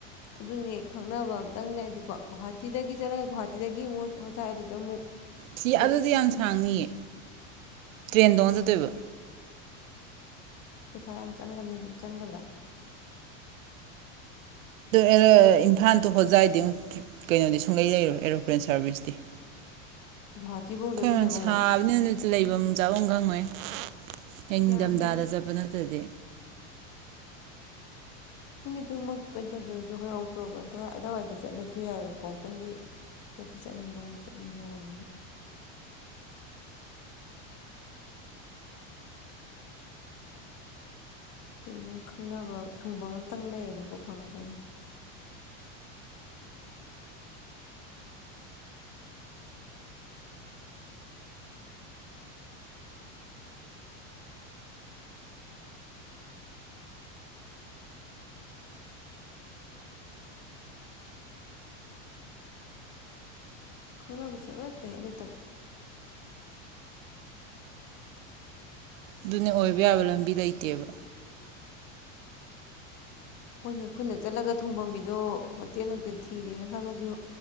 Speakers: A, on the left; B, on the right.
A: ꯑꯗꯨꯅꯦ ꯈꯪꯅꯕ ꯑꯇꯪ ꯂꯩ ꯍꯥꯏꯗꯤꯀꯣ ꯒꯣꯍꯥꯇꯤꯗꯒꯤ ꯆꯠꯂꯒ ꯒꯨꯣꯍꯥꯇꯤꯗꯒꯤ ꯑꯃꯨꯛ ꯍꯣꯖꯥꯏ ꯑꯗꯨꯗ ꯑꯃꯨꯛ
B: ꯐꯤ
A: ꯒꯦꯞꯇ
B: ꯑꯗꯨꯗꯤ ꯌꯥꯝ ꯁꯥꯡꯅꯤꯌꯦ ꯇ꯭ꯔꯦꯟ ꯇꯣꯡꯉꯥ ꯆꯠꯇꯣꯏꯕ
A: ꯄꯩꯁꯥ ꯌꯥꯝ ꯆꯪꯒꯅꯤ ꯆꯪꯒꯗ꯭ꯔꯥ
B: ꯑꯗꯨ ꯏꯝꯐꯥꯜꯗꯣ ꯍꯣꯖꯥꯏꯗꯤ ꯑꯃꯨ ꯀꯩꯅꯣꯗꯤ ꯁꯨꯡꯂꯩ ꯂꯩꯔꯣ ꯑꯦꯔꯣꯄ꯭ꯂꯦꯟ ꯁꯥꯔꯚꯤꯁꯇꯤ
A: ꯒꯨꯍꯥꯇꯤꯕꯨ ꯑꯃꯨꯛ
B: ꯑꯩꯈꯣꯏ
A: ꯆꯠꯇꯣꯏꯅꯦꯕ
B: ꯝ ꯁꯥꯕꯅꯤꯅ
A: ꯑꯃꯨꯛ
B: ꯑꯗꯨ ꯂꯩꯐꯝ ꯆꯥꯐꯝ ꯈꯪꯉꯣꯏ ꯅꯤꯡꯊꯝꯊꯥꯗ
A: ꯌꯥꯝꯗ꯭ꯔꯁꯨ
B: ꯆꯠꯄ ꯅꯠꯇꯗꯤ
A: ꯍꯣꯏꯅꯦ ꯑꯗꯨꯃꯛ ꯀꯩ ꯇꯧꯗ꯭ꯔꯁꯨ ꯍꯣꯏ ꯑꯣꯛꯇꯣꯕꯥꯔ ꯑꯗꯨꯏ ꯑ ꯑꯗꯨꯋꯥꯏꯗ ꯆꯠꯅꯁꯨ ꯌꯥꯏꯑꯕꯀꯣ ꯑꯃꯨꯛꯇꯪꯗꯤ ꯆꯠꯇ ꯆꯠꯅꯤꯡꯕ ꯍꯣꯏꯁꯨ ꯆꯠꯅꯤꯡꯉ ꯌꯥꯕꯅꯤꯅ ꯁꯨꯝꯅ ꯈꯪꯅꯕ ꯊꯨꯡꯕ ꯑꯝꯇꯪ ꯂꯩꯔꯗꯤꯀꯣ ꯐꯒꯗꯕꯅꯤ ꯈꯪꯅꯕꯁꯦ ꯑꯃꯠꯇ ꯍꯦꯛ ꯂꯩꯇꯕ
B: ꯑꯗꯨꯅꯦ ꯑꯣꯏꯕ ꯌꯥꯕ ꯂꯝꯕꯤ ꯂꯩꯇꯦꯕ
A: ꯍꯣꯏꯅꯦ ꯑꯩꯈꯣꯏꯅ ꯆꯠꯂꯒ ꯊꯨꯡꯐꯝꯒꯤꯗꯣ ꯍꯣꯇꯦꯜ ꯅꯨꯡꯇ ꯊꯤꯔꯦꯅ ꯈꯜꯂꯁꯨ